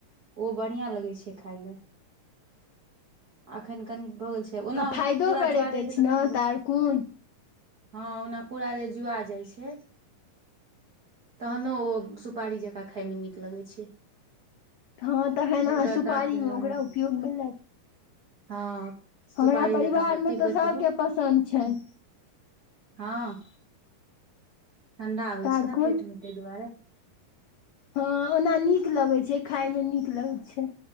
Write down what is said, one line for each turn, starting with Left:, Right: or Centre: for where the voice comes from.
Right: ओ बढ़ियाँ लगै छै खायमे अखैन कनि भऽ गेल छै ओना
Left: आ फायदो
Right: ओ पूरा
Left: करैत
Right: जोआ
Left: अछि
Right: जेतै
Left: ने
Right: तऽ कनी लोक
Left: तारकुन
Right: हँ ओना पूरा जे जुआ जाइ छै तहनो ओ सुपारी जकाँ खायमे नीक लगै छै
Left: हँ तहन
Right: जिनकर
Left: अहाँ सुपारी
Right: दाँत रहै
Left: मे ओकरा
Right: ओहे
Left: उपयोग मे लै
Right: हँ सुपारी
Left: हमरा परिवारमे
Right: जकाँ ओकरा चिबैत
Left: तऽ सभके
Right: रहू
Left: पसन्द छनि
Right: हँ ठण्डा होइ
Left: तारकुन
Right: छै ने पेट मे तइ दुआरे
Left: हँ ओना नीक लगै छै खायमे नीक लगै छै